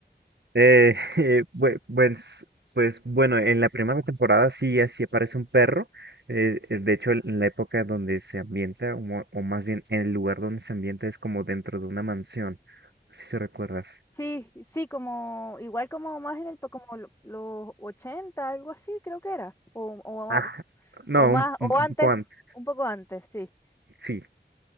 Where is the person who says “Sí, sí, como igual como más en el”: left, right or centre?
Left